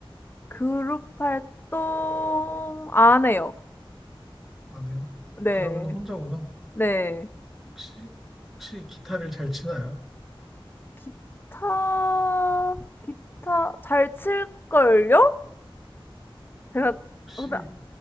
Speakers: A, on the left; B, in the centre.
A: 그룹 활동 안 해요.
B: 안 해요.
A: 네.
B: 그러면 혼자구나.
A: 네.
B: 혹시, 혹시 기타를 잘 치나요?
A: 기타 기타 잘 칠걸요? 제가
B: 어, 혹시,
A: 근데